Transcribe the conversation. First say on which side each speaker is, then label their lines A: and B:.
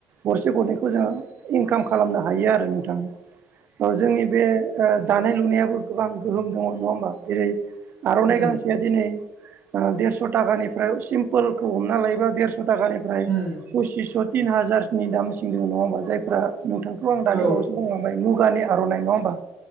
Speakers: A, on the right; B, on the right.
A: गरसे गरनैखौ जोङो इनकाम खालामनो हायो आरो नोंथां। औ जोंनि बे दानाय लुनायाबो गोबां गोहोम दङ नङा होमबा जेरै आर'नाइ
B: उम
A: गांसेआ दिनै देरस' टाखानिफ्राय सिम्पोलखौ हमना लायोबा देरस' टाखानिफ्राय
B: उम
A: पसिस' तिन हाजारनि दामसिं दङ नङा होमबा जायफ्रा नोंथांखौ आं दानि
B: औ
A: बावसो बुं मुानि आर'नाय नङा होमबा